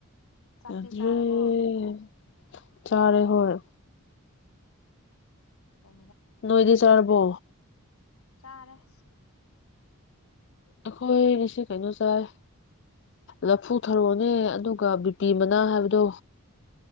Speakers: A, on the left; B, on the left.
A: ꯆꯥꯛꯇꯤ
B: ꯑ
A: ꯆꯥꯔꯕꯣ
B: ꯆꯔꯦ ꯍꯔ
A: ꯀꯩ
B: ꯅꯣꯏꯗꯤ ꯆꯔꯔꯕꯣ
A: ꯆꯔꯁ
B: ꯑꯩꯈꯣꯏ ꯉꯁꯤ ꯀꯩꯅꯣ ꯆꯥꯏ ꯂꯐꯨ ꯊꯔꯣꯅꯦ ꯑꯗꯨꯒ ꯕꯤꯄꯤ ꯃꯅꯥ ꯍꯥꯏꯕꯗꯣ